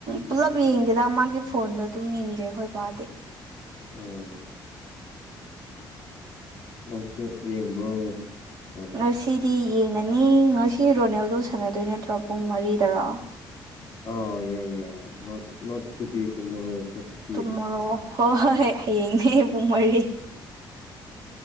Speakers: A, on the right; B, on the left.
A: ꯄꯨꯂꯞ ꯌꯦꯡꯗ‌ꯦꯗ ꯃꯥꯒꯤ ꯐꯣꯟꯗ ꯑꯗꯨꯝ ꯌꯦꯡꯖꯩ ꯑꯩꯈꯣꯏ ꯕꯥꯗꯤ
B: ꯑꯣ ꯅꯪꯁꯨ ꯌꯦꯡꯕ꯭ꯔꯣ ꯑꯣ
A: ꯉꯁꯤꯗꯤ ꯌꯦꯡꯉꯅꯤ ꯉꯁꯤ ꯔꯣꯅꯦꯜꯗꯣ ꯁꯥꯟꯅꯗꯣꯏ ꯅꯠꯇ꯭ꯔꯣ ꯄꯨꯡ ꯃꯔꯤꯗ꯭ꯔꯣ
B: ꯑ ꯌꯥꯏꯌ‌ꯦ ꯅꯣꯠ ꯅꫭꯠ ꯇꯨꯗꯦ ꯇꯨꯝꯃꯣꯔꯣ ꯐꯣꯔ ꯐꯤꯐ
A: ꯇꯨꯝꯃꯣꯔꯣ ꯍꯣꯏ ꯍꯣꯏ ꯍꯣꯏ ꯍꯌꯦꯡꯅꯦ ꯄꯨꯡ ꯃꯔꯤ